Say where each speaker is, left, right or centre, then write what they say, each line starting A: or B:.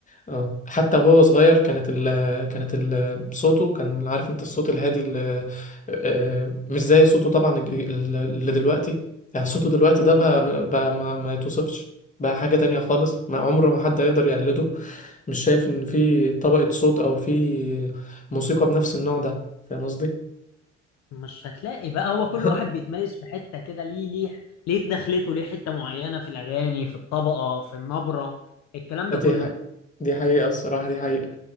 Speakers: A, on the left (about 20°); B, on the left (about 45°).
A: اه حتى وهو صغير كانت ال كانت ال صوته كان عارف انت الصوت الهادي ال آه، آه، مش زي صوته طبعا الج- ال- اللي دلوقتي يعني صوته دلوقتي
B: اه
A: ده بقى, بقى ما, ما يتوصفش بقى حاجة تانية خالص ما عمره ما حد هيقدر يقلده مش شايف ان في طبقة صوت او في موسيقى بنفس النوع ده فاهم قصدي
B: مش هتلاقي بقى هو كل
A: <laughs>
B: واحد بيتميز في حتة كده ليه ليه ليه دخلته ليه حتة معينة في الأغاني في الطبقة في النبرة الكلام ده
A: دي
B: كله
A: حقيقة دي حقيقة الصراحة دي حقيقة